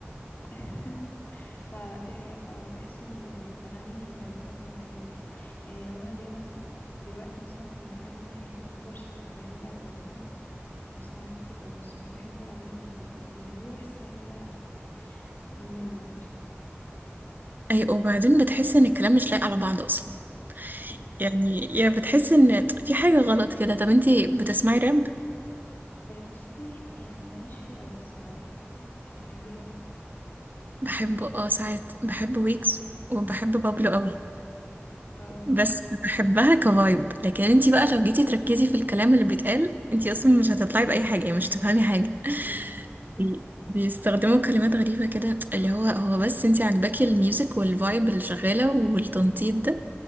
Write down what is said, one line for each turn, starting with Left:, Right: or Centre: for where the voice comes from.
Left: <laughs> لا لا دي حقيقة فأنا بحس إن أغاني القديمة بجد كانت يعني لو أنا دايما دلوقتي مثلا في المرحلة دي من حياتي بفضل شغل أغاني بقى القديمة واسمعها كتير قوي بس مش بحب الأغاني ال- الجديدة بحسها كده مملة مش عارفة
Right: اي وبعدين بتحس ان الكلام مش لايق على بعض اصلا
Left: <laughs>
Right: يعني يا بتحس ان في حاجة غلط كده طب انتي بتسمعي راب
Left: آه، بصي يعني ماليش فيه قوي الصراحة انتي بتحبي الراب
Right: بحبه اه ساعات بحب ويكس وبحب بابلو قوي
Left: اه
Right: بس بحبها كفايب لكن انتي بقى لو جيتي تركزي في الكلام اللي بيتقال انتي اصلا مش هتطلعي بأي حاجة يعني مش تفهمي حاجة
Left: بالظبط
Right: بي- بيستخدموا كلمات غريبة كده اللي هو هو بس انتي عاجباكي الميوزك والفايب اللي شغالة والتنطيط ده